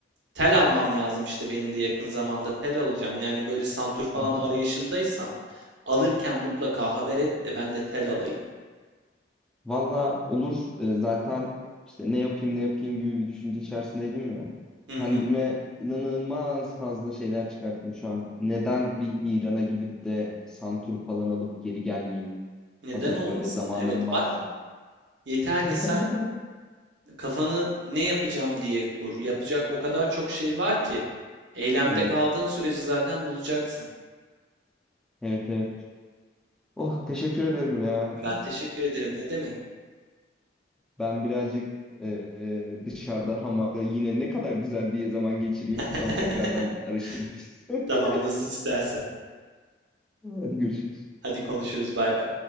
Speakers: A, on the right (about 70°); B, in the centre.
A: Tel almam lazım işte benim de yakın zamanda tel alacağım. Yani böyle santur falan
B: Hı hı.
A: arayışındaysan alırken mutlaka haber et de ben de tel alayım.
B: Valla olur. Ee, zaten işte ne yapayım ne yapayım gibi bir düşünce içerisindeydim ya.
A: Hı
B: Kendime
A: hı.
B: inanılmaz fazla şeyler çıkarttım şu an. Neden bir İran'a gidip de santur falan alıp geri gelmeyeyim?
A: Neden
B: Hazır
A: olmasın?
B: böyle zamanım
A: Evet
B: varsa.
A: bak yeter
B: <laughs>
A: ki sen kafanı ne yapacağım diye kur. Yapacak o kadar çok şey var ki. Eylemde
B: Evet,
A: kaldığın sürece zaten bulacaksın.
B: evet, evet. Oh, teşekkür ederim ya.
A: Ben teşekkür ederim. Ne demek?
B: Ben birazcık e, e, dışarıda hamamda yine ne kadar güzel diye zaman geçireyim.
A: <laughs>
B: Sonra tekrardan arayışa gireriz.
A: Tamam
B: <laughs>
A: nasıl istersen.
B: Hadi görüşürüz.
A: Hadi konuşuruz. Bay bay.